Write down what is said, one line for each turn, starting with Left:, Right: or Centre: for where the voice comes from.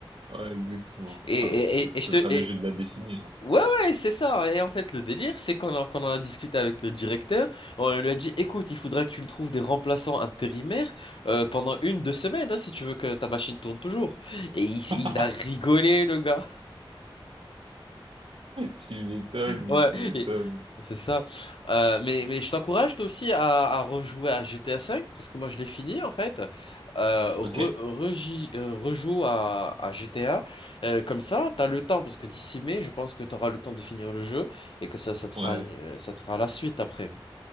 Right: Ouais, exactement.
Left: Et,
Right: Ah,
Left: et,
Right: mais ce,
Left: et,
Right: ce
Left: et je te,
Right: sera
Left: et,
Right: le jeu de la décennie, non?
Left: Ouais, ouais, c'est ça. Et en fait, le délire, c'est qu'on en, qu'on en a discuté avec le directeur, on lui a dit, écoute, il faudra que tu nous trouves des remplaçants intérimaires euh, pendant une, deux semaines, hein, si tu veux que ta machine tourne toujours. Et il,
Right: <laughs>
Left: s'est- il a rigolé, le gars.
Right: Tu m'étonnes,
Left: Ouais,
Right: tu m'étonnes.
Left: et- c'est ça. Euh, mais, mais je t'encourage toi aussi à, à rejouer à GTA V, parce que moi je l'ai fini en fait. Euh, re-
Right: Ok,
Left: reji- euh, rejoue à, à GTA. Euh, comme ça, t'as le temps, parce que d'ici mai, je pense que t'auras le temps de finir le jeu et que ça, ça te fera,
Right: ouais,
Left: une- ça te fera la suite après.